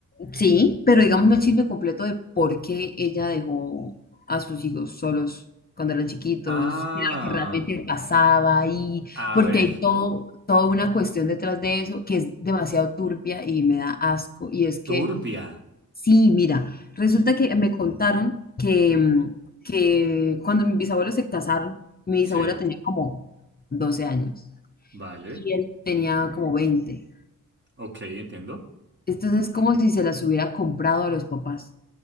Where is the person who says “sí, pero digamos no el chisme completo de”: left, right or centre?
Left